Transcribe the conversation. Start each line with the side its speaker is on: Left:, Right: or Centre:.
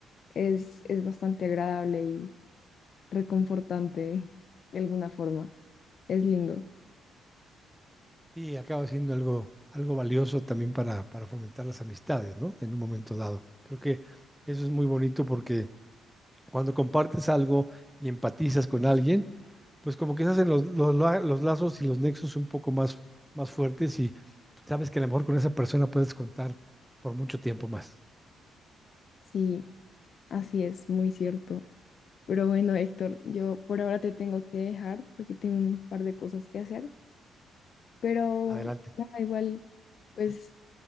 Left: es, es bastante agradable y reconfortante de alguna forma. Es lindo,
Centre: Y acaba siendo algo, algo valioso también para, para fomentar las amistades, ¿no? En un momento dado. Creo que eso es muy bonito porque cuando compartes algo y empatizas con alguien, pues como que se hacen los, los, la- los lazos y los nexos un poco más, más fuertes y sabes que a lo mejor con esa persona puedes contar por mucho tiempo más.
Left: sí, así es, muy cierto. Pero bueno, Héctor, yo por ahora te tengo que dejar porque tengo un par de cosas que hacer. Pero
Centre: Adelante.
Left: nada, igual, pues